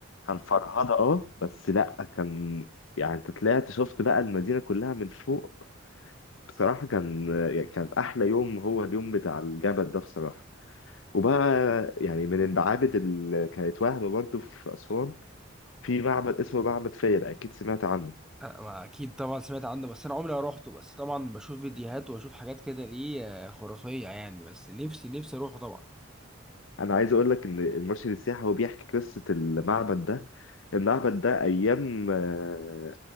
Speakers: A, on the left; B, in the centre.
A: كان فرهضة اه بس لا كان يعني انت طلعت شفت بقى المدينة كلها من فوق بصراحة كان يعني كان أحلى يوم هو اليوم بتاع الجبل ده بصراحة وبقى يعني من المعابد اللي كانت وهم برضو في أسوان في معبد اسمه معبد فيلة أكيد سمعت عنه
B: آه، ما اكيد طبعا سمعت عنه بس انا عمري ما روحته بس طبعا بشوف فيديوهات واشوف حاجات كده ليه آه، خرافيه يعني بس نفسي نفسي اروحه طبعا
A: أنا عايز أقول لك إن المرشد السياحي هو بيحكي قصة المعبد ده المعبد ده أيام آه،